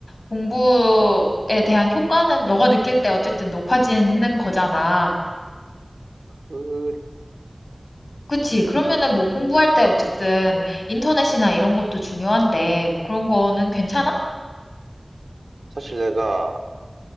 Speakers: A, on the left; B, on the right.
A: 공부에 대한 효과는 너가 느낄 때 어쨌든 높아지는 거잖아.
B: 그
A: 그치. 그러면은 뭐 공부할 때 어쨌든 인터넷이나 이런 것도 중요한데, 뭐 그런 거는
B: 음,
A: 괜찮아?
B: 사실 내가